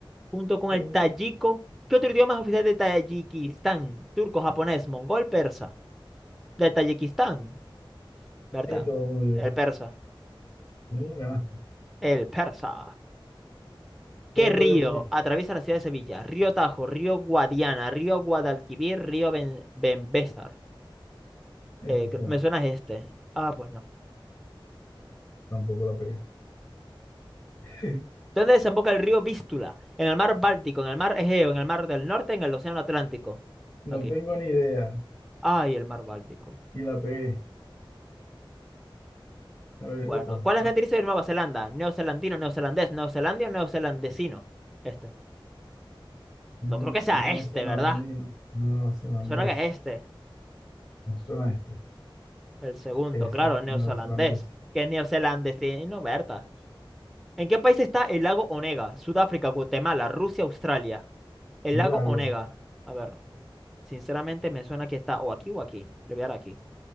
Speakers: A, in the centre; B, on the left.
A: Junto con
B: Uh,
A: el tayiko. ¿Qué otro idioma es oficial de Tayikistán? Turco, japonés, mongol, persa. De Tayikistán, ¿verdad?
B: Este voy a poner
A: El
B: yo.
A: persa.
B: Sí, ganaste.
A: El persa. ¿Qué
B: Quedan
A: río
B: todavía poquito.
A: atraviesa la ciudad de Sevilla? Río Tajo, río Guadiana, río Guadalquivir, río Ben- Benbésar.
B: Este
A: Eh, cre-
B: será.
A: me suena este. Ah, pues no.
B: Tampoco la pegué. <laughs>
A: ¿Dónde desemboca el río Vístula? En el mar Báltico, en el mar Egeo, en el mar del Norte, en el Océano Atlántico.
B: No
A: Ok.
B: tengo ni idea.
A: Ay, el mar Báltico.
B: Y la pegué. A ver,
A: Bueno,
B: otra.
A: ¿cuál es
B: Pa-
A: la gentilicio de Nueva Zelanda? Neozelandino, neozelandés, neozelandio, neozelandesino. Este. No
B: nue-
A: creo que sea
B: Neozelandino.
A: este, ¿verdad?
B: Neozelandés.
A: Me suena que es este.
B: Me suena este.
A: El segundo,
B: Ese.
A: claro, neozelandés.
B: Neozelandés.
A: Que neozelandesino, Berta. ¿En qué país está el lago Onega? Sudáfrica, Guatemala, Rusia, Australia. El
B: Un
A: lago
B: Lago.
A: Onega. A ver, sinceramente me suena que está o aquí o aquí. Le voy a dar aquí.